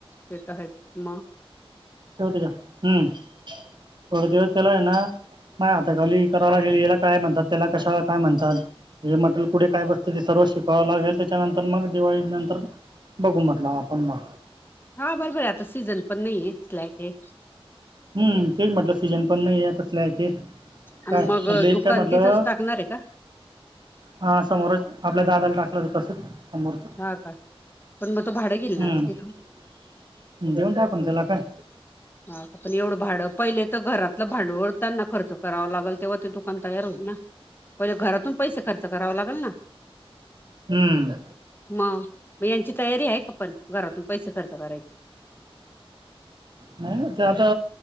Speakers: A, on the left; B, on the right.
A: येत आहेत म
B: तेव त्याच्या हम्म थोड दिवस केला आहे ना म आता खाली कराला लाे याला काय म्हणतात त्याला कशाला काय म्हणतात म्हटल कुे काय बतते ते सर्व शिक क लागेल त्याच्यानंतर मग दिवाळी नंतर बघू म्हटलं आपण मग
A: हा बर बर आता सीझन पण नाहीये स्लॅक आहे
B: हम्म तेच म्हटलं सीजन पण नाही तसल्या आहे क
A: आणि
B: का
A: मग
B: म्हटलं इतक
A: दुकान
B: म्हटलं
A: तिथंच टाकणार आहे का
B: हा समोरच आपल्या दादाला टाकलं तर तसच समोरच
A: हा का पण मग तो भाडं गिलणार
B: हम्
A: आहे तिथून
B: देऊन टाकून त्याला काय
A: ह पण एवढं भाड पहिले तर घरातलं भांडवळ त्यांना खर्च करावा लागेल तेव्हा ते दुकान तयार होईल ना पहिले घरातून पैसे खर्च करावा लागेल ना
B: हम्म
A: मग मग यांची तयारी आहे का पण घरातून पैसे खर्च करायचे
B: नाही ते आता